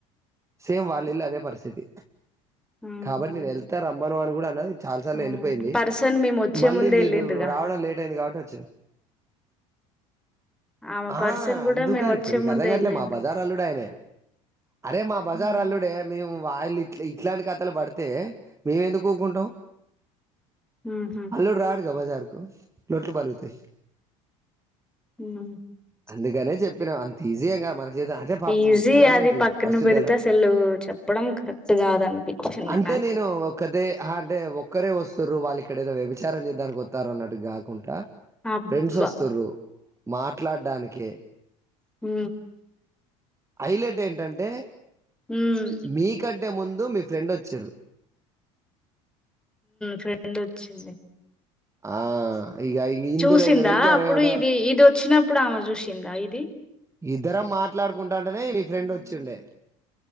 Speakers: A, on the right; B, in the centre.
A: సేమ్ వాళ్ళు ఇల్లు అదే పరిస్థితి
B: ఆహా!
A: కాబట్టి నేను వెళ్తా రమ్మను అని కూడా అన్నది తను
B: ఆ!
A: వెళ్ళిపోయింది
B: పర్సన్ మేము వచ్చే
A: మళ్ళీ
B: ముందే
A: మీరు
B: ఎళ్ళిండ్రుగా.
A: రావడం లేట్ అయింది కాబట్టి చె
B: ఆమె
A: ఆ
B: పర్సన్ గూడా
A: అందుకని
B: మేము వచ్చే
A: ఇప్పుడు నీకు
B: ముందే
A: అర్థం కాట్లే
B: ఎళ్ళిండు.
A: మా బజార్ అల్లుడు అయనే అరే మా బజార్
B: హ్మ్.
A: అల్లుడే మేము వాయిళ ఇట్లా ఇట్లాంటి కథలు పడితే మేము ఎందుకు ఊకుంటాం
B: హుహు.
A: అల్లుడు రాడుగా బజార్ కు లోట్లు పలుగుతాయి
B: హ
A: అందుకనే చెప్పినాం అంత ఈజీయ మన చేత అంటే పాపం
B: ఈజీ
A: తెలవదంటలే
B: అది పక్కన
A: ఫస్ట్
B: పెడితే
A: తెలవదు
B: అసలు చెప్పడం కరెక్ట్ కాద అనిపించింది
A: అంటే
B: నాకు
A: నేను ఒకదే అంటే ఒక్కరే వస్తురు వాళ్ళు ఇక్కడ ఏదో వ్యభిచారం చేద్దడానికి వస్తారు అన్నట్టు కాకుండా
B: అబ్బా!
A: ఫ్రెండ్స్ వస్తుంరు మాట్లాడడానికే
B: హ
A: హైలెట్ ఏంటంటే
B: హ్మ్.
A: మీకంటే ముం అ మీ ఫ్రెండ్ వచ్చారు
B: ఫ్రెండ్ వచ్చింది
A: ఆ ఇగ ఇందులో
B: చూసిందా
A: ఇగ వ్యభిచారం
B: అప్పుడు
A: ఏముంటది
B: ఇది ఇది వచ్చినప్పుడు ఆమె చూసిందా ఇది
A: ఇద్దరం మాట్లాడుకుంటాంటనే మీ ఫ్రెండ్ వచ్చిండే